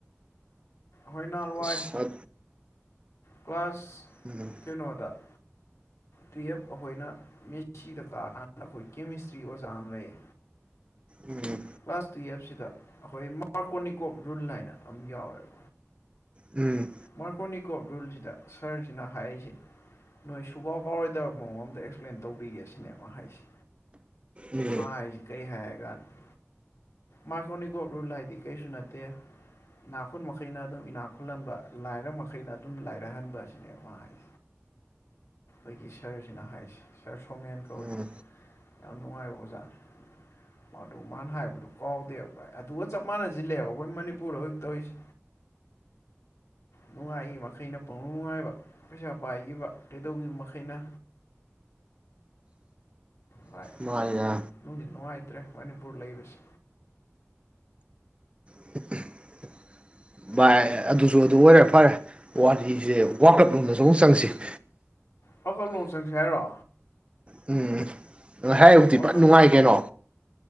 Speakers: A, on the left (about 85°); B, on the right (about 25°).
A: ꯍꯣꯏꯅꯥꯜꯋꯥꯏ
B: ꯑꯁ
A: ꯀ꯭ꯂꯥꯁ
B: ꯎꯝ
A: ꯀꯩꯅꯣꯗ ꯇꯨꯌꯦꯞ ꯑꯩꯈꯣꯏꯅ ꯃꯤꯊꯤꯗ ꯇꯥꯔꯀꯥꯟꯗ ꯑꯩꯈꯣꯏ ꯀꯦꯃꯤꯁꯇ꯭ꯔꯤ ꯑꯣꯖꯥ ꯑꯃ ꯂꯩꯌꯦ꯫
B: ꯎꯝ
A: ꯀ꯭ꯂꯥꯁ ꯇꯨꯌꯦꯞꯁꯤꯗ ꯑꯩꯈꯣꯏ ꯃꯥꯔꯀꯣꯅꯤꯀꯣꯞ ꯔꯨꯜ ꯍꯥꯏꯅ ꯑꯃ ꯌꯥꯎꯋꯦꯕ꯫
B: ꯎꯝ
A: ꯃꯥꯔꯀꯣꯅꯤꯀꯞ ꯔꯨꯜꯁꯤꯗ ꯁꯥꯔꯁꯤꯅ ꯍꯥꯏꯔꯤꯁꯦ ꯅꯣꯏ ꯁꯨꯀꯥꯎ ꯀꯥꯎꯔꯣꯏꯗꯕ ꯃꯑꯣꯡ ꯑꯃꯝꯗ ꯑꯦꯛꯁꯄ꯭ꯂꯦꯟ ꯇꯧꯕꯤꯒꯦ ꯁꯤꯅꯦꯕ ꯍꯥꯏꯁꯦ
B: ꯎꯝ
A: ꯃꯥ ꯍꯥꯏꯁꯦ ꯀꯩ ꯍꯥꯏꯔꯀꯥꯟꯅ ꯃꯥꯔꯀꯣꯅꯤꯀꯣꯞ ꯔꯨꯜ ꯍꯥꯏꯗꯤ ꯀꯩꯁꯨ ꯅꯠꯇꯦ ꯏꯅꯥꯛ ꯈꯨꯨꯟ ꯃꯈꯩꯅ ꯑꯗꯨꯝ ꯏꯅꯥꯛ ꯈꯨꯜꯍꯟꯕ ꯂꯥꯏꯔ ꯃꯈꯩꯅ ꯑꯗꯨꯝ ꯂꯥꯏꯔꯍꯟꯕ ꯑꯁꯤꯅꯦꯕ ꯃꯥ ꯍꯥꯏꯁꯦ ꯑꯩꯈꯣꯏꯒꯤ ꯁꯥꯔꯁꯤꯅ ꯍꯥꯏꯁꯦ ꯁꯥꯔ ꯁꯣꯃꯦꯟ ꯀꯧꯋꯦ
B: ꯎꯝ
A: ꯌꯥꯝ ꯅꯨꯡꯉꯥꯏꯕ ꯑꯣꯖꯥꯅꯤ ꯃꯗꯨ ꯃꯥꯅ ꯍꯥꯏꯕꯗꯨ ꯀꯥꯎꯗꯦꯕ ꯚꯥꯏ ꯑꯗꯨꯒ ꯆꯞ ꯃꯥꯟꯅꯁꯤꯜꯂꯦꯕ ꯑꯩꯈꯣꯏ ꯃꯅꯤꯄꯨꯔꯗ ꯑꯣꯏ ꯇꯧꯔꯤꯁꯦ꯫ ꯅꯨꯡꯉꯥꯏꯈꯤꯕ ꯃꯈꯩꯅ ꯄꯪꯅꯨꯡꯉꯥꯏꯕ ꯄꯩꯁꯥ ꯄꯥꯏꯈꯤꯕ ꯀꯩꯗꯧꯈꯤꯕ ꯃꯈꯩꯅ ꯍꯣꯏ
B: ꯃꯥꯏꯌꯥ
A: ꯅꯨꯡꯗꯤ ꯅꯨꯡꯉꯥꯏꯇ꯭ꯔꯦ ꯃꯅꯤꯄꯨꯔ ꯂꯩꯕꯁꯦ
B: <unintelligible> ꯚꯥꯏ ꯑꯗꯨꯁꯨ ꯑꯗꯨ ꯑꯣꯏꯔꯦ ꯐꯔꯦ ꯋꯥꯔꯤꯁꯦ ꯋꯥ ꯀ꯭ꯂꯞ ꯂꯣꯝꯗꯁꯨ ꯑꯃꯨꯛ ꯆꯪꯁꯤ <inaudible>
A: ꯄꯥꯀꯜꯂꯣꯝ ꯆꯪꯁꯦ ꯍꯥꯏꯔꯣ
B: ꯎꯝ ꯉꯁꯥꯏꯕꯨꯗꯤ
A: ꯋꯥꯔꯜ
B: ꯄꯨꯠ ꯅꯨꯡꯉꯥꯏ ꯀꯩꯅꯣ꯫